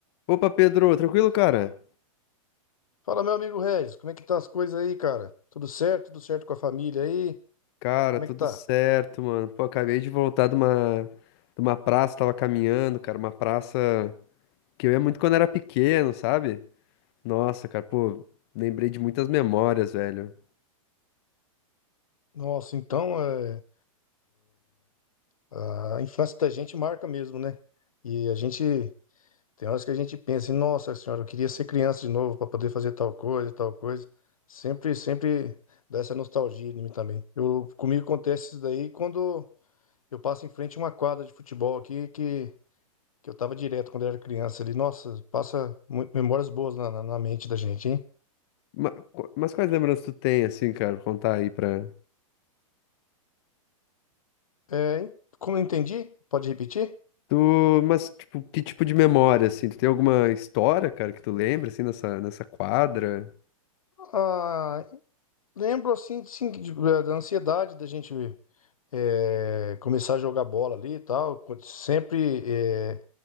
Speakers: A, on the left; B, on the left.
A: Opa, Pedro, tranquilo, cara?
B: Fala, meu amigo Regis, como é que tá as coisas aí, cara? Tudo certo? Tudo certo com a família aí?
A: Cara,
B: Como
A: tudo
B: é que tá?
A: certo, mano. Pô, acabei de voltar de uma, de uma praça, tava caminhando, cara, uma praça que eu ia muito quando era pequeno, sabe? Nossa, cara, pô, lembrei de muitas memórias, velho.
B: Nossa, então é, a infância da gente marca mesmo, né? E a gente tem horas que a gente pensa, em, nossa senhora, eu queria ser criança de novo para poder fazer tal coisa, tal coisa. Sempre, sempre dá essa nostalgia em mim também. Eu, comigo acontece isso daí quando eu passo em frente a uma quadra de futebol aqui que, que eu tava direto quando eu era criança ali. Nossa, passa mu- memórias boas na, na na mente da gente, hein?
A: Ma- qu- Mas quais lembranças tu tem, assim, cara, contar aí pra...
B: É, como eu entendi, pode repetir?
A: Tu, mas, tipo, que tipo de memória, assim? Tu tem alguma história, cara, que tu lembra, assim, nessa, nessa quadra?
B: Ah, lembro assim, sim, de- é, da ansiedade da gente é, começar a jogar bola ali e tal. quando Sempre é,